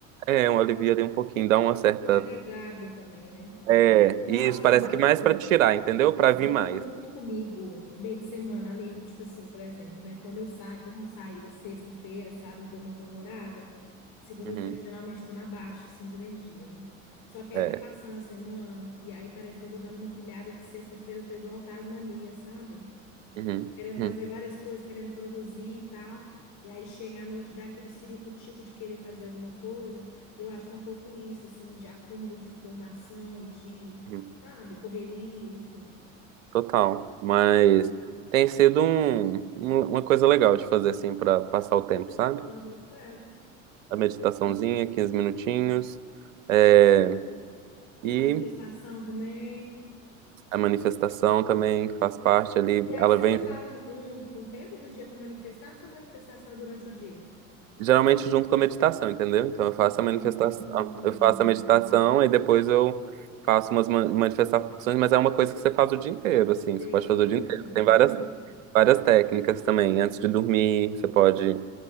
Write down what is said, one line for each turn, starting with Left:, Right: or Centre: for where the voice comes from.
Right: é um alivio ali um pouquinho, dá
Left: Não
Right: uma
Left: fica
Right: certa.
Left: carregado também, né?
Right: É,
Left: Nossa,
Right: isso, parece que mais pra tirar, entendeu? Pra
Left: rola
Right: vir mais.
Left: muito comigo meio de semana, amigo. Tipo assim, por exemplo, né? Quando eu saio, dou uma saída sexta-feira, sábado, e dou uma polvorada. Segunda-feira,
Right: Uhum,
Left: geralmente, tô na baixa, assim, de energia, né? Só que aí
Right: é.
Left: vai passando a semana, e aí parece que eu vou dando uma pilhada que sexta-feira eu tô igual Tasmania, sabe?
Right: Uhum,
Left: Querendo
Right: uhum,
Left: fazer várias coisas, querendo produzir e tal. E aí chega à noite, dá aquele ciricutico de querer fazer alguma coisa. E eu acho que é um pouco isso, assim, de acúmulo de informação e de
Right: uhum.
Left: sabe, correria, enfim.
Right: Total. Mas
Left: É.
Right: tem sido um- um- uma coisa legal de fazer assim pra passar o tempo, sabe?
Left: Eu boto fé. viu?
Right: A
Left: Hum.
Right: meditaçãozinha, 15 minutinhos. é,
Left: E
Right: e
Left: a manifestação também.
Right: a manifestação também, que faz parte ali,
Left: E aí
Right: ela
Left: você
Right: vem
Left: separa
Right: junto-
Left: um, um, um tempo do dia para manifestar, ou sua manifestação é durante o dia?
Right: geralmente junto com a meditação, entendeu? Então eu faço
Left: Hum,
Right: a manifestação, eu faço a meditação e depois eu faço umas ma- manifestações, mas é uma coisa que você faz o dia inteiro, assim,
Left: sei,
Right: você pode fazer
Left: vai
Right: o dia
Left: emanando,
Right: inteiro. Tem várias,
Left: né?
Right: várias técnicas também, antes de dormir, você pode